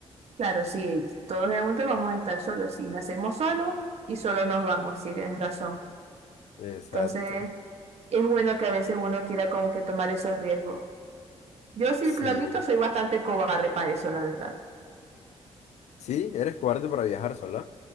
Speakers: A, on the right; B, on the left.
A: Claro, sí, todos en un momento vamos a estar solos. Si nacemos solos y solo nos vamos, sí, tienes razón.
B: Exacto.
A: Entonces, es bueno que a veces uno quiera como que tomar esos riesgos. Yo sí,
B: Sí,
A: lo admito, soy bastante cobarde para eso, la verdad.
B: sí, eres cobarde para viajar sola.